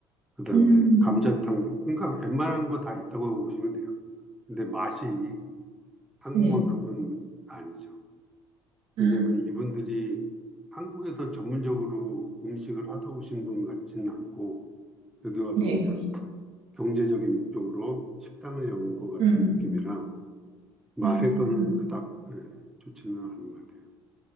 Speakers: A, in the centre; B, on the right.
A: 그다음에
B: 음,
A: 감자탕도 그러니까 웬만한 거 다 있다고 보시면 돼요. 근데 맛이 한국만큼은
B: 네.
A: 아니죠. 왜냐하면
B: 아,
A: 이분들이 한국에서 전문적으로 음식을 하다 오신 분 같지는 않고 여기 와서
B: 네.
A: 그냥 경제적인 목적으로 식당을 여는 것 같은
B: 음,
A: 느낌이라 맛에서는
B: 음,
A: 그닥 예, 좋지는 않은 것 같아요.